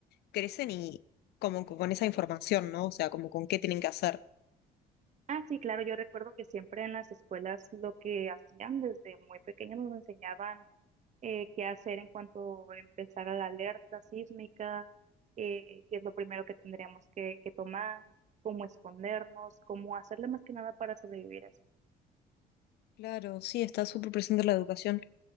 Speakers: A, on the left (about 75°); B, on the right (about 45°).
A: crecen y como con esa información, ¿no? O sea, como con qué tienen que hacer.
B: Ah, sí, claro, yo recuerdo que siempre en las escuelas lo que hacían desde muy pequeños nos enseñaban eh, qué hacer en cuanto empezara la alerta sísmica, eh, qué es lo primero que tendríamos que, que tomar, cómo escondernos, cómo hacerle más que nada para sobrevivir eso.
A: Claro, sí, está súper presente la educación.